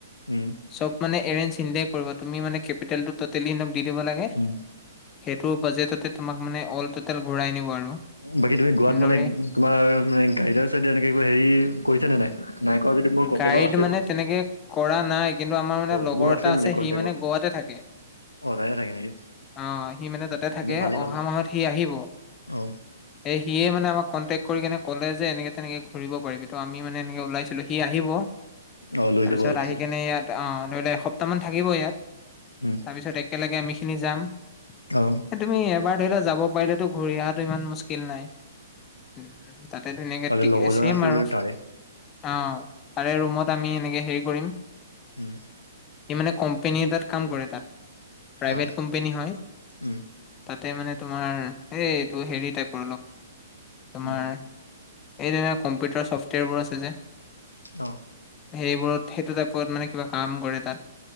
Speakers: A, on the left (about 80°); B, on the left (about 25°).
A: উম
B: চব মানে এৰেঞ্জ সিতে, কৰিব, তুমি মানে কেপিটেল টো তুলি পিনে সিহঁতক দি দিব লাগে,
A: উম
B: সেইটো বাজেটতে তোমাক মানে অল টটেল ঘূৰাই আনিব আৰু।
A: বাকী তুমি গোৱাত
B: এনেদৰে
A: মানে, তোমাৰ মানে গাইডাৰ চাইডাৰ এনেকে কিবা হেৰি কৰিছা নে নাই? নাই কৰা, যদি মোৰ কন্টেকত
B: গাইড
A: আছে।
B: মানে তেনেকে কৰা নাই কিন্তু আমাৰ মানে
A: অ
B: লগৰ
A: মোৰ
B: এটা আছে
A: কণ্টেক্টত
B: সি মানে গোৱাতে থাকে।
A: অ তাতে থাকে নেকি
B: অ, সি মানে তাতে
A: তেনে
B: থাকে
A: ভালেই
B: অহা
A: হ'ল
B: মাহত সি আহিব।
A: অ
B: এ সিয়ে মানে আমাক কণ্টেক্ কৰি কেনে কলে যে এনে তেনেকে ঘূৰি পাৰিবি ত আমি মানে এনেকে ওলাইছো। কিন্তু সি আহিব,
A: অ লৈ
B: তাৰপিছত
A: যাব আৰু সিয়ে
B: আহি কেনে ইয়াত অ ধৰি লোৱা এসপ্তাহ মান থাকিব ইয়াত।
A: উম
B: তাৰপিছত একেলগে আমিখিনি যাম।
A: অ
B: এ তুমি এবাৰ ধৰি লোৱা যাব পাৰিলেতো ঘূৰি অহাটো ইমান মুস্কিল নাই। উম তাতে ধুনীয়াকে
A: তাৰে
B: তিকে
A: লগৰজন
B: ছেম
A: আছে
B: আৰু,
A: যদি তাৰে
B: অ, তাৰে ৰুমত আমি এনেকে হেৰি কৰিম।
A: উম।
B: ই মানে কোম্পানী এটাত কাম কৰে তাত, প্ৰাইভেট
A: অ
B: কোম্পানী হয়।
A: উম
B: তাতে মানে তোমাৰ এই এইটো হেৰি টাইপৰ অলপ তোমাৰ,
A: উম
B: এই যে কম্পিউটাৰ ছফ্টৱেৰবোৰ আছে যে।
A: অ।
B: সেইবোৰত, সেইটো টাইপত মানে কিবা কাম কৰে তাত।